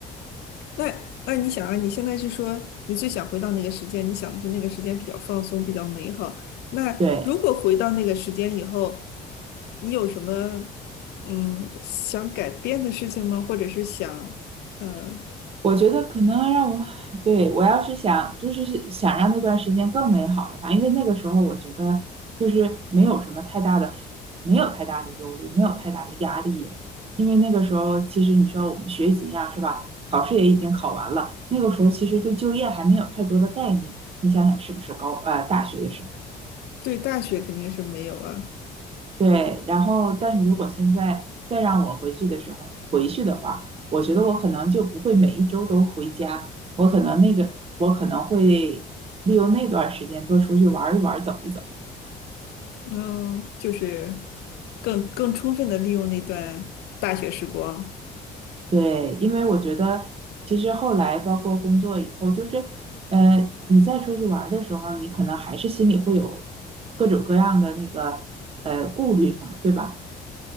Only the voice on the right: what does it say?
对，
我觉得可能让我，对，我要是想，就是是想让那段时间更美好的话，因为那个时候我觉得就是没有什么太大的，没有太大的忧虑，没有太大的压力，因为那个时候其实你说我们学习上是吧，考试也已经考完了，那个时候其实对就业还没有太多的概念，你想想是不是高，呃，大学的时候。
对，然后但是如果现在再让我回去的时候回去的话，我觉得我可能就不会每一周都回家，我可能那个我可能会利用那段时间多出去玩一玩走一走。
对，因为我觉得其实后来包括工作以后，就是呃，你再出去玩儿的时候，你可能还是心里会有各种各样的那个呃顾虑嘛，对吧？